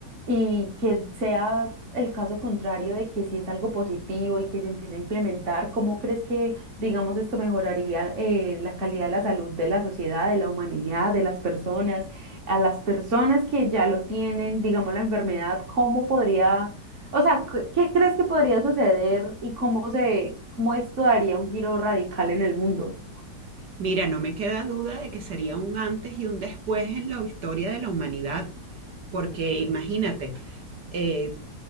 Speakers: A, on the right; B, on the right.
A: y que sea el caso contrario de que si es algo positivo y que se empiece a implementar, ¿cómo crees que, digamos, esto mejoraría eh, la calidad de la salud de la sociedad, de la humanidad, de las personas, a las personas que ya lo tienen, digamos, la enfermedad, ¿cómo podría o sea, ¿qué qué crees que podría suceder y cómo se, cómo esto daría un giro radical en el mundo?
B: Mira, no me queda duda de que sería un antes y un después en la historia de la humanidad, porque imagínate, eh,